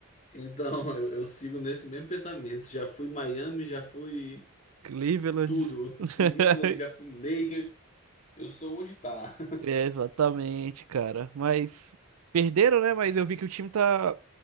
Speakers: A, on the left (about 35°); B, on the right (about 90°).
A: Então, eu, eu sigo nesse mesmo pensamento. Já fui Miami, já fui
B: Cleveland.
A: tudo.
B: <laughs>
A: <laughs> Cleveland, já fui Lakers. Eu sou onde tá.
B: É, exatamente, cara. Mas perderam, né? Mas eu vi que o time tá